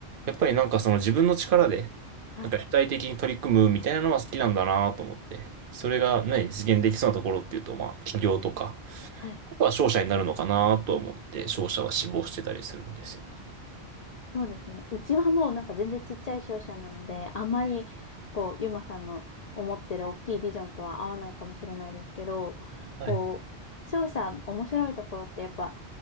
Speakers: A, on the right (about 60°); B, on the left (about 50°).
A: やっぱりなんかその自分の力で、
B: はい。
A: なんか主体的に取り組むみたいなのは好きなんだなと思って、それがね、実現できそうなところっていうと、まあ、企業とか、
B: はい。
A: あとは商社になるのかなと思って、商社は志望してたりするんですよね。
B: そうですね。うちはもうなんか全然ちっちゃい商社なので、あんまりこう、ゆまさんの思ってる大きいビジョンとは合わないかもしれないですけど、
A: はい。
B: こう、商社面白いところってやっぱ、